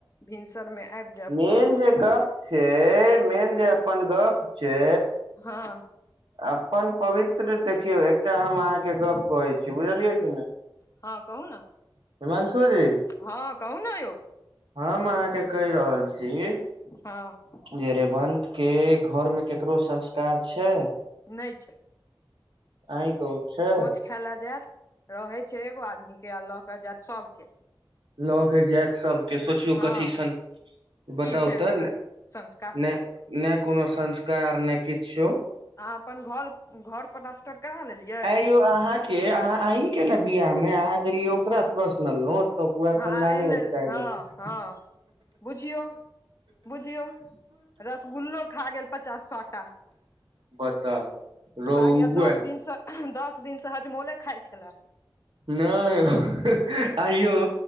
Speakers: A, on the left; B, on the right.
A: भिनसर में आबि जायब
B: मेन
A: कहलक
B: जे गप छै मेन जे अपन गप छै
A: हँ
B: अपन पवित्र देखियौ एकटा हम अहाँके गप कहै छी बुझलियै कि नहि
A: हँ कहू ने
B: हिमांशुजी
A: हँ कहु ने यौ
B: हम अहाँके कहि रहल छी
A: हँ
B: जे रेवंत के घरमे ककरो संस्कार छै
A: नहि छै
B: आहिं कहु छै
A: भोज खाय लऽ जायत रहे छै एगो आदमी के आ लऽ के जायत सबके
B: लऽ के जैत सबके सोचियो
A: हँ
B: कथी सन बताउ
A: की छै
B: तऽ
A: ओकर संस्कार
B: नहि नहि कोनो संस्कार नहि किछो
A: अहाँ अपन घर घर पलास्टर करा लेलियै
B: केओ अहाँक के अहाँ अहिं के ने बियाह में अहाँ देलियै ओकरा प्रसनल नोत पूरा
A: हँ
B: खन्दाने
A: एले
B: उठिके आबि
A: हँ
B: गेल छलै
A: हँ बुझियौ बुझियौ रसगुल्लो खा गेल पचास साठ टा
B: बताउ रौआ
A: लागैयै दस दिनसँ दस दिनसँ हजमोले खाइ छलै
B: नहि आइयो